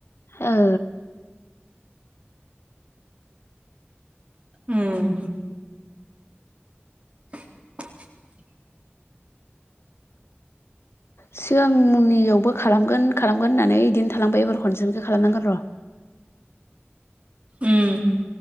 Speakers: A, on the left; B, on the right.
A: ओ
B: उम <unintelligible>
A: सिगांनियावबो खालामगोन खालामगोन होननानै बिदिनो थालांबाय एबार खनसेनिखौ खालामनांगोन र'
B: उम